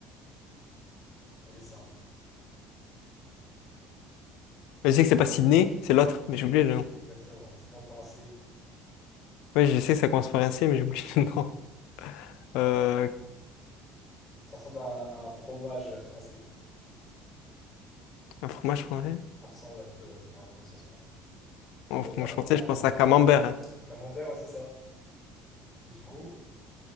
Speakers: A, on the left (about 20°); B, on the left (about 75°).
A: Elle est simple.
B: Je sais que c'est pas Sydney, c'est l'autre, mais j'ai oublié le nom.
A: Exactement. Ça commence par un C.
B: Ouais, je sais que ça commence par un C, mais j'ai oublié le nom. <laughs> Euh,
A: Ça ressemble à un, à un fromage français.
B: un fromage français?
A: Ça ressemble un peu, ouais, à la prononciation. Ça ressemble
B: Un fromage
A: au cama-
B: français,
A: camembert.
B: je pense à Camembert. hein.
A: Camembert, ouais, c'est ça. Et du coup,